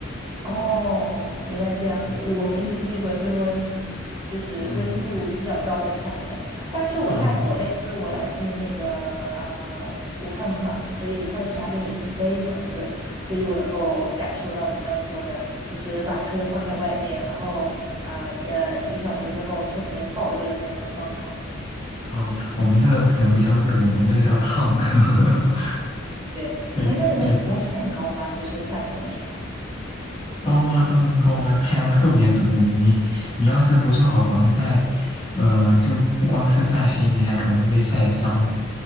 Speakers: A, on the right; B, on the left.
A: 哦，原来这样子，
B: 嗯
A: 我没有经历过这么就是温度比较高的夏天。
B: 嗯
A: 但是我在国内，
B: 嗯
A: 因为我来自那个嗯武汉嘛，所以它的夏天也是非常的热，所以我能够感受到你刚刚说的，就是把车放在外面，然后呃呃一个小时之后车里面爆热的那种状况。
B: 哦，我们这个可能不叫热，我们这个叫烫。<laughs>
A: 对，
B: 对对，
A: 哎，那你们紫外线高吗？就是夏天的时候。
B: 高啊，当然高啊，太阳特别毒。你你要是不做好防晒，呃，就不光是晒黑，你还可能会被晒伤。